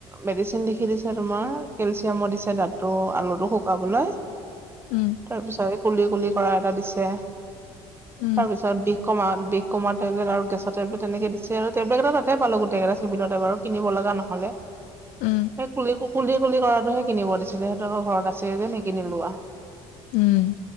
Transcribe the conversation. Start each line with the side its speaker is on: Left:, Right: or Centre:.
Right: মেডিচিন লিখি দিছে তোমাৰ কেলচিয়ামো দিছে দাতটো আলুটো শুকাবলৈ
Left: উম
Right: তাৰপিছত কুলি কুলি কৰা এটা দিছে
Left: উম
Right: তাৰপিছত বিষ কমা বিষ কমা টেবলেট আৰু গেছ টেবলেট তেনেকে দিছে আৰু টেবলেট এটা তাতে পালো গোটেই কেইটা চিভিলতে বাৰু ত কিনিব লগা নহলে। সেই
Left: উম
Right: কুলি কুলিয়কুলি কৰাটো সে কিনিব দিছিলে সিহঁতক ঘৰত আছে যে নিকিলো লোৱা
Left: উম